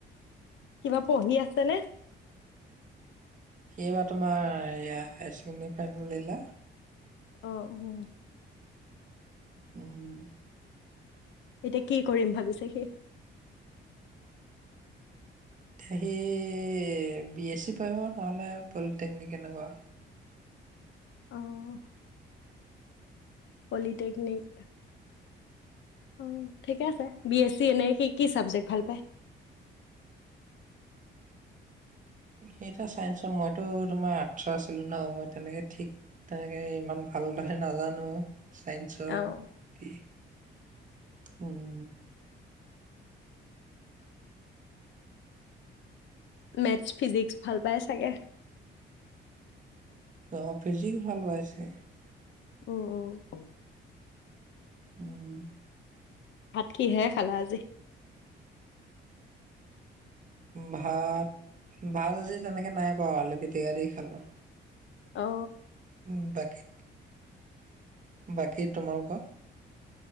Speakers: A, on the left; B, on the right.
A: কিবা পঢ়ি আছে নে
B: এইবাৰ তোমাৰয়া হায়াৰ ছেকেণ্ডেৰী ফাইনেল দিলে
A: অহ অ
B: উম
A: এতিয়া কি কৰিম ভাবিছে সি
B: এতিয়া সি বি এছ চি পঢ়িব নহ'লে পলিটেকনিক এনেকুৱা
A: অ', পলিটেকনিক অ ঠিকে আছে বি এছ চি এনেই কি কি চাবজেক্ট ভাল পায়
B: সেই চাইন্সৰ মইতো তোমাৰ আৰ্টছৰ আছিলো ন মই তেনেকে ঠিক তেনেকে ইমান ভালদৰে নাজানো চাইন্সৰ
A: অ',
B: কি উম
A: মেথছ ফিজিক্স ভাল পাই চাগে
B: অ ফিজিক্স ভাল পাইছে
A: উম উ
B: উম
A: ভাত কিহেৰে খালা আজি
B: ভাত ভাত আজি তেনেকৈ নাই বাওঁ আলু পিটিকা দি খালোঁ
A: অ
B: উম বাকী বাকী তোমালোকৰ?